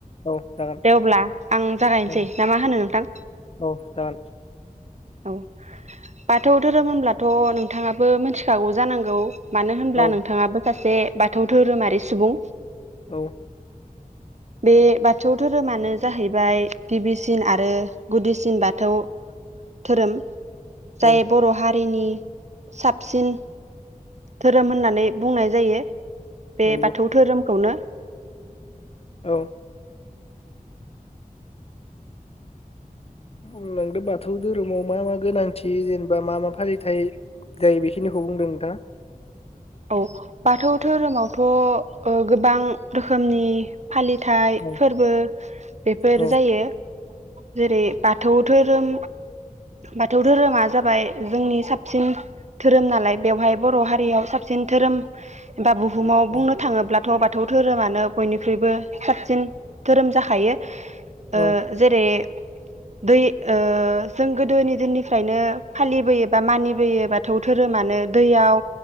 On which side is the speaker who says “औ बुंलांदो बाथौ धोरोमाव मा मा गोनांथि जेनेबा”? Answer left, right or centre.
Left